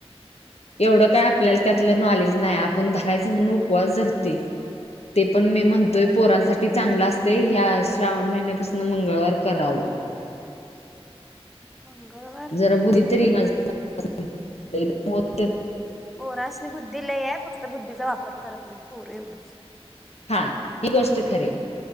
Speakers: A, on the left (about 75°); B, in the centre.
A: एवढं काय आपल्याला त्यातलं नॉलेज न्हाय, आपण धरायचं म्हणून उपवास धरतो. ते, पण मी म्हणतोय
B: माहित
A: पोरांसाठी ते चांगल असतय, ह्या श्रावण महिन्यापासून मंगळवार करावं.
B: मंगळवार
A: जरा बुधी तरी
B: हम्म
A: माझ <unintelligible>
B: पोरास नी बुद्धी लई हाय, फक्त बुद्धीचा वापर करत नाही पोरं एवढंच.
A: हा. ही गोष्ट खरी हाय.